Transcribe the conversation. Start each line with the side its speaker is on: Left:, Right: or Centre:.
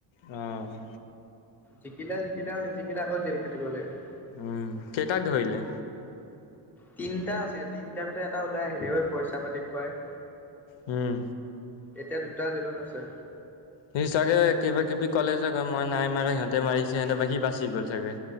Left: অ'।
Centre: জিকিলে জিকিলে আৰু নিজিকিলে আকৌ জেল খাটিব লাগিব।
Left: উম, কেইটাক ধৰিলে?
Centre: তিনটা আছিলে তিনটাৰ ভিতৰত এটা ওলাই আহিলে ঐ পইচা পাতি খুৱাই।
Left: হুম।
Centre: এতিয়া দুটা জেলত আছে।
Left: সি চাগে কিবা কিবি ক'লে ছাগে মই নাই মাৰা, সিহঁতে মাৰিছে সিহঁতে বা সি বাচি গ'ল ছাগৈ।